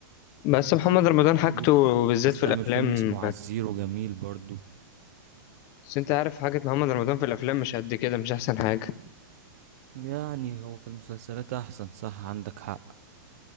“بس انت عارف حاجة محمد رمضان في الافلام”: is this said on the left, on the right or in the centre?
Left